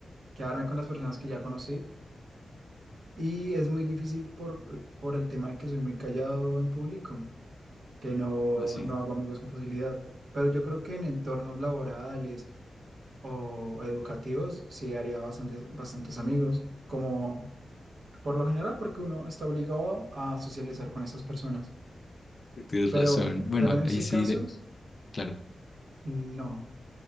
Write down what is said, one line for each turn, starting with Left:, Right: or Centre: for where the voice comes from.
Right: quedarme con las personas que ya conocí y es muy difícil por, por el tema de que soy muy callado en público, que no,
Left: No, sí,
Right: no hago amigos con facilidad. Pero yo creo que en entornos laborales o educativos sí haría bastantes, bastantes amigos, como por lo general porque uno está obligado a socializar con esas personas.
Left: sí, Tienes
Right: Pero,
Left: razón. Bueno,
Right: pero en
Left: ahí
Right: este
Left: sí,
Right: caso,
Left: de- claro,
Right: no.